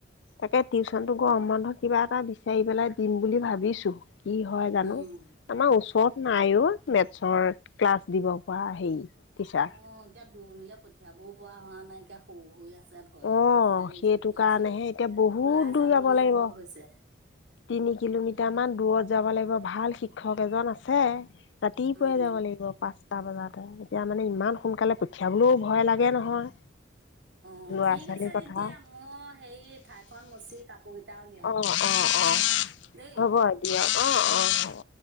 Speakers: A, on the left; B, on the right.
A: তাকে টিউচনটো গৰম বন্ধ কিবা এটা বিচাৰি পেলাই দিম বুলি ভাবিছোঁ। কি হয় জানো
B: উম
A: ।আমাৰ ওচৰত নায়ো মেথছৰ ক্লাছ দিব পৰা হেৰি। টিচাৰ।
B: অ এতিয়া দূৰণিলে পঠিয়াবও পৰা হোৱা নাই, এতিয়া সৰু হৈ আ ছে ভয়
A: অ'
B: লাগে আজিকালি
A: সেইটো
B: যুগে
A: কাৰণেহে
B: যি,
A: এতিয়া বহুত
B: ওলাই
A: দূৰ
B: যা
A: যাব
B: বুলি
A: লাগিব।
B: ভয় হৈছে।
A: তিনি কিলোমিটাৰ মান দূৰত যাব লাগিব ভাল শিক্ষক এজন আছে, ৰাতিপুৱাই
B: উম,
A: যাব লাগিব পাচ এটা বজাতে, এতিয়া মানে ইমান সোনকালে পঠিয়াবলৈও ভয় লাগে নহয়।
B: অ
A: ল'ৰা
B: ঠিক
A: ছোৱালীৰ
B: আছে
A: কথা
B: তেতিয়া মই সেই ঠাইখন মচি কাপোৰ কেইটা উলিয়াও।
A: অ' অ' অ'
B: দেই।
A: হ'ব দিয়া অ অ হ'ব।